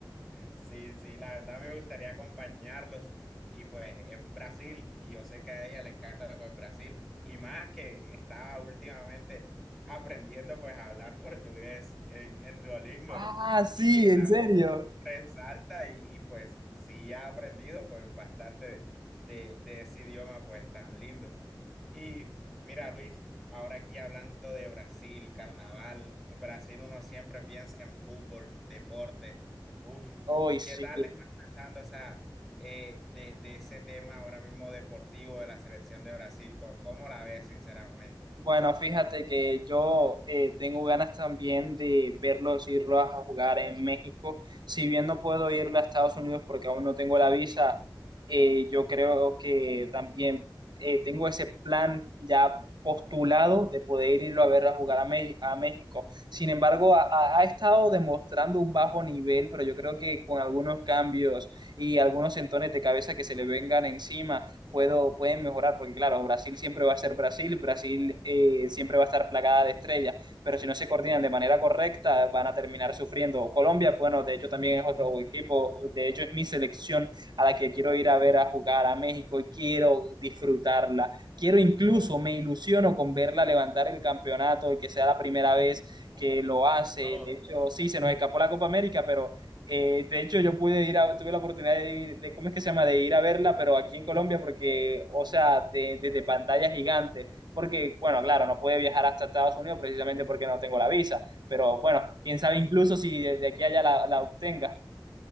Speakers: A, in the centre; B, on the right (about 60°).
A: Sí, sí, la verdad me gustaría acompañarlos. Y pues es Brasil, y yo sé que a ella le encanta pues Brasil. Y más que estaba últimamente aprendiendo pues a hablar portugués en, en Duolingo
B: Ah,
A: y,
B: sí,
A: y quien
B: en
A: la
B: serio.
A: ve resalta y, y pues sí ha aprendido pues bastante de, de ese idioma pues tan lindo. Y mira, Luis, ahora aquí hablando de Brasil, carnaval, Brasil uno siempre piensa en fútbol, deporte. Uf,
B: Uy,
A: ¿qué
B: sí,
A: tal estás pensando, o sea, eh, de, de ese tema ahora mismo deportivo de la selección de Brasil? ¿Cómo, cómo la ves, sinceramente?
B: Bueno, fíjate que yo eh, tengo ganas también de verlos irlos a jugar en México. Si bien no puedo irle a Estados Unidos porque aún no tengo la visa, eh, yo creo que también eh, tengo ese plan ya postulado de poder irlo a ver a jugar a, Me- a México. Sin embargo, ha, ha ha estado demostrando un bajo nivel, pero yo creo que con algunos cambios y algunos entones de cabeza que se le vengan encima puedo, pueden mejorar, porque claro, Brasil siempre va a ser Brasil, Brasil eh, siempre va a estar plagada de estrellas, pero si no se coordinan de manera correcta, van a terminar sufriendo. Colombia, bueno, de hecho también es otro equipo, de hecho es mi selección a la que quiero ir a ver a jugar a México y quiero disfrutarla. Quiero incluso, me ilusiono con verla levantar el campeonato y que sea la primera vez
A: Oh,
B: que lo hace.
A: todo.
B: De hecho, sí, se nos escapó la Copa América, pero eh, de hecho, yo pude ir a, tuve la oportunidad de ir, de, ¿cómo es que se llama? De ir a verla, pero aquí en Colombia, porque, o sea, desde de, de pantalla gigante, porque, bueno, claro, no pude viajar hasta Estados Unidos precisamente porque no tengo la visa, pero bueno, quién
A: Yes.
B: sabe incluso si de, de aquí a allá la, la obtenga.